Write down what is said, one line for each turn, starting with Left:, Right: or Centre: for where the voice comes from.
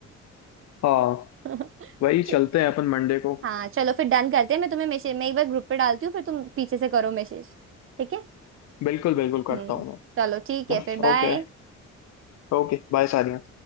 Left: हाँ
Right: <laughs>
Left: वही
Right: च-
Left: चलते हैं अपन मंडे को
Right: हाँ चलो फिर डन करते हैं मैं तुम्हें मैसेज मैं एक बार ग्रुप पे डालती हूँ फिर तुम पीछे से करो मैसेज ठीक है
Left: बिल्कुल बिल्कुल
Right: हम्म
Left: करता हूँ
Right: चलो ठीक है
Left: मैं
Right: फिर बाय
Left: ओके ओके बाय सारिया